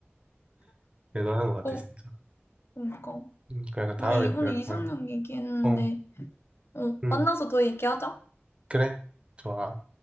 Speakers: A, on the right (about 25°); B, on the left (about 60°).
A: 대단한 것 같아,
B: 어
A: 진짜.
B: 그러니까
A: 음, 그 약간 다음에
B: 우리 오늘
A: 또 약간
B: 이상형 얘기했는데
A: 어,
B: 어,
A: 음,
B: 만나서 더 얘기하자
A: 그래. 좋아.